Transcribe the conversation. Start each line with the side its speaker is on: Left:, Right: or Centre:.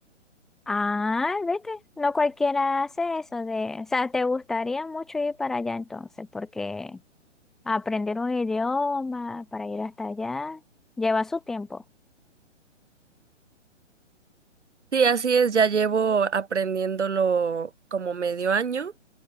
Centre: Ah, vete, no cualquiera hace eso de, o sea, te gustaría mucho ir para allá entonces, porque aprender un idioma para ir hasta allá lleva su tiempo.
Right: Sí, así es, ya llevo aprendiéndolo como medio año.